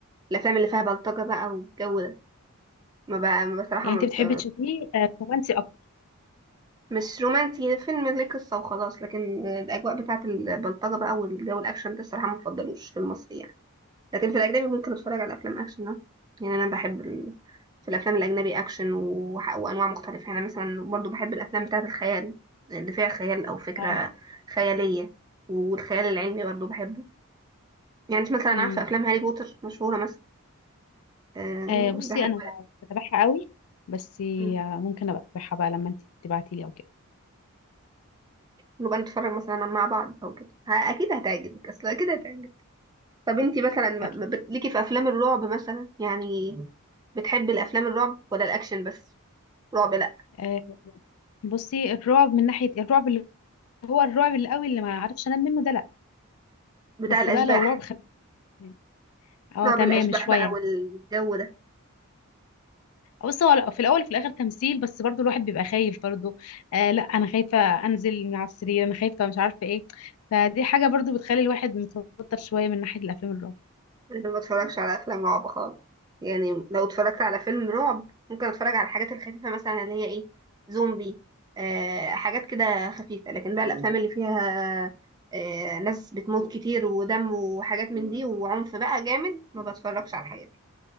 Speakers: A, on the right; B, on the left.
A: الافلام اللي فيها بلطجه بقى والجو ده ما بقى بصراحه
B: يعني
A: ما
B: انت
A: ب...
B: بتحبي تشوفيه آه، رومانسي اكتر
A: مش رومانسي فيلم ليه قصه وخلاص لكن الاجواء بتاعه البلطجه بقى والجو الاكشن ده الصراحه ما بفضلوش في المصري يعني لكن في الأجنبي ممكن أتفرج على أفلام أكشن اه يعني أنا بحب ال... في الأفلام الأجنبي أكشن وح- وأنواع مختلفة يعني أنا مثلا برضو بحب الأفلام بتاعة الخيال اللي فيها خيال أو فكرة
B: اه
A: خيالية والخيال العلمي برضو بحبه يعني أنت مثلا
B: امم
A: عارفة أفلام هاري بوتر مشهورة مثلا أه
B: آه، بصي
A: بحب
B: انا ما- مش بتابعها قوي بس
A: مم.
B: آه، ممكن ابقى اتابعها بقى لما انت تبعتي لي او كده
A: نبقى نتفرج مثلا مع بعض أو كده ه- أكيد هتعجبك أصل أكيد هتعجبك طب أنت مثلا ما-
B: اكيد
A: ما بت- ليكي في أفلام الرعب مثلا يعني مم. بتحبي الأفلام الرعب ولا الأكشن بس رعب لأ
B: آه، بصي الرعب من ناحيه الرعب اللي هو الرعب القوي اللي ما اعرفش انام منه ده لا
A: بتاع
B: بس
A: الأشباح
B: بقى لو رعب خفيف يعني. اه
A: رعب
B: تمام
A: الأشباح
B: شويه
A: بقى
B: يعني
A: والجو ده
B: بص هو في الاول وفي الاخر تمثيل بس برضو الواحد بيبقى خايف برضو آه لا انا خايفه انزل من على السرير انا خايفه مش عارفه ايه فدي حاجه برضو بتخلي الواحد متوتر شويه من ناحيه الافلام الرعب
A: أنا ما بتفرجش على أفلام رعب خالص يعني لو اتفرجت على فيلم رعب ممكن أتفرج على الحاجات الخفيفة مثلا اللي هي إيه زومبي آه حاجات كده خفيفة لكن بقى الأفلام اللي فيها آه ناس بتموت كتير ودم وحاجات من دي وعنف بقى جامد ما بتفرجش على الحاجات دي